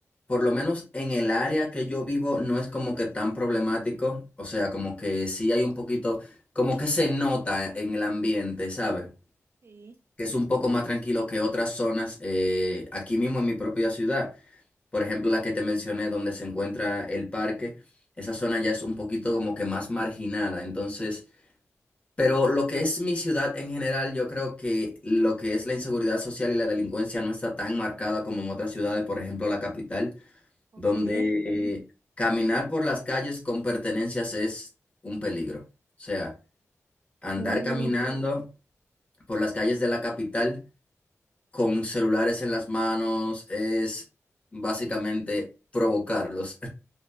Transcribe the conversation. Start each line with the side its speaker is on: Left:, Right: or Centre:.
Left: por lo menos en el área que yo vivo, no es como que tan problemático. O sea, como que sí hay un poquito, como que se nota en el ambiente, ¿sabes?
Right: Sí,
Left: Que es un poco más tranquilo que otras zonas eh, aquí mismo en mi propia ciudad. Por ejemplo, la que te mencioné, donde se encuentra el parque, esa zona ya es un poquito como que más marginada. Entonces, pero lo que es mi ciudad en general, yo creo que lo que es la inseguridad social y la delincuencia no está tan marcada como en otras ciudades, por ejemplo, la capital,
Right: ok.
Left: donde eh, caminar por las calles con pertenencias es un peligro. O sea, andar
Right: Oh.
Left: caminando por las calles de la capital con celulares en las manos es básicamente provocarlos.